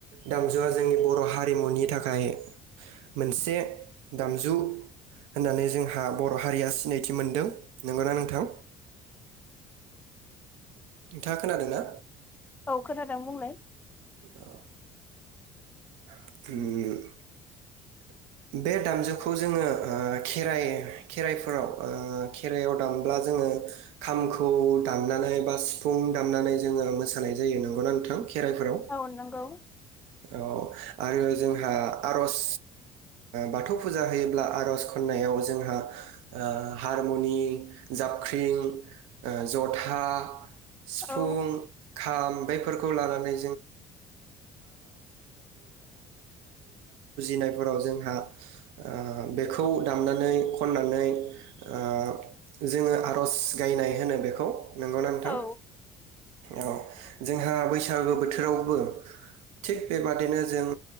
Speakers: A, on the right (about 80°); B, on the left (about 15°).
A: दामजु जुवा जोंनि बर' हारिमुनि थाखाय मोनसे दामजु होननानै जोंहा बर' हारिया सिनायथि मोनदों नंगौना नोंथां नोंथाङा खोनादों ना
B: औ खोनथादों बुंलाय
A: दा ओम बे दामजुखौ जोङो ओ खेराइ खेराइफोराव ओ खेराइआव दामब्ला जोङो खामखौ दामनानै बा सिफुं दामनानै जोङो मोसानाय जायो नंगौना नोंथां खेराइफोराव
B: औ नंगौ
A: औ आरो जोंहा आरज बाथौ फुजा होयोब्ला आर'ज खन्नायाव जोंहा हारमुनि जाबख्रिं जथा सिफुं
B: औ
A: खाम बेफोरखौ लानानै दा ओ बेखौ दामनानै खननानै ओ जोङो आर'ज गायनाय होनो बेखौ नंगौना नोंथां
B: औ
A: औ जोंहा बैसागो बोथोरावबो थिग बेबादिनो जों